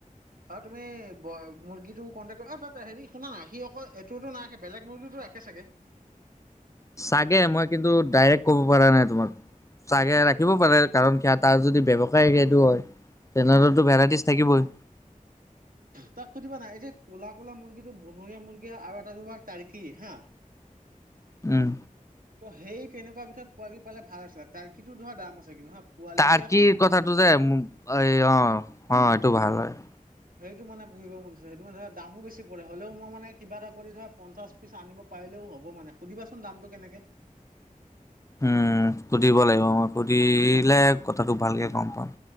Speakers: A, on the right; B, on the left.
A: আৰু তুমি ব মুৰ্গীটো কণ্টেক্ট, তাত হেৰি শুনা না সি অকল এইটোতো নাই ৰাখে, বেলেগ মুৰ্গীওটো ৰাখে চাগে?
B: চাগে, মই কিন্তু ডাইৰেক্ট ক'ব পাৰা নাই তোমাক। চাগে, ৰাখিব পাৰে কাৰণ তাৰ যদি ব্যৱসায় সেইটো হয়। তেনহ'লেটো ভেৰাইটিজ থাকিবই।
A: তাক সুধিবা না, এই যে ক'লা, ক'লা মুৰ্গীটো বনৰীয়া মুৰ্গী আৰু এটা তাৰকি হা।
B: উম।
A: ত' সেই তেনেকুৱা ভিতৰত পোৱালি পালে ভাল আছিলে তাৰ্কিটো ধৰা দাম আছে কিন্তু হা'। পোৱালিটোৱে
B: তাৰ্কি কথাটো যে এই অ', অ', এইটো ভাল হয়।
A: সেইটো মানে পুহিব মন আছে, সেইটো মানে ধৰা দামো বেছি পৰে হ'লেও মই মানে কিবা এটা কৰি ধৰা পঞ্চাছ পিছ আন পাৰিলেও হ'ব মানে, সুধিবাচোন দামটো কেনেকে?
B: উম, সুধিব লাগিব মই সুধিলে কথাটো ভালকে গম পাওঁ।